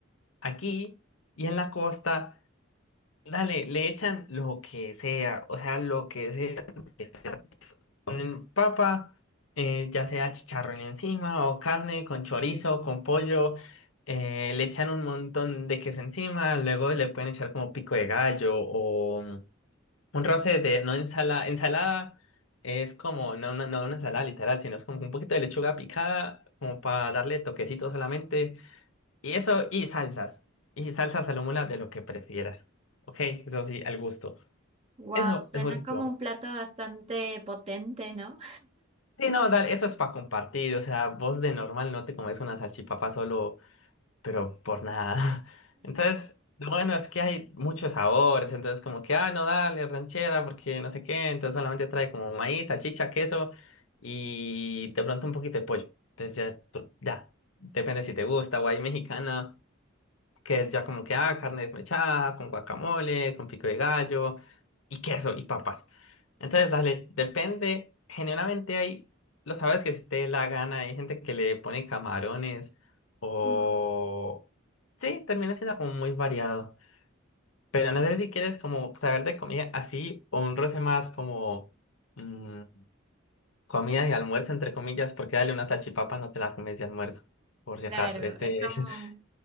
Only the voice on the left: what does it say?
aquí y en la costa. Dale, le echan lo que sea, o sea, lo que sea. le Ponen papa, eh, ya sea chicharrón encima o carne con chorizo, con pollo. eh, le echan un montón de queso encima, luego le pueden echar como pico de gallo o mm, un roce de, no ensalada, ensalada es como, no, una no una ensalada literal, sino es como un poquito de lechuga picada, como para darle toquecito solamente y eso, y salsas. Y salsas al de lo que prefieras. Ok, eso sí, al gusto.
Eso
es muy rico.
Sí, no, dale, eso es para compartir. O sea, vos de normal no te comes una salchipapa solo, pero por nada. <laughs> Entonces, lo bueno es que hay muchos sabores. Entonces, como que, ah, no, dale, ranchera, porque no sé qué. Entonces, solamente trae como maíz, salchicha, queso y de pronto un poquito de pollo. Entonces, ya, tú- ya. Depende si te gusta, o hay mexicana. que es ya como que, ah, carne desmechada, con guacamole, con pico de gallo, y queso, y papas. Entonces, dale, depende, generalmente hay, lo sabes que si te dé la gana, hay gente que le pone camarones, o...
Sí, termina siendo como muy variado. Pero no sé si quieres como saber de comida así, o un roce más como mm, comida de almuerzo, entre comillas, porque dale una salchipapa, no te la comes de almuerzo, por si
acaso. Este,
<laughs>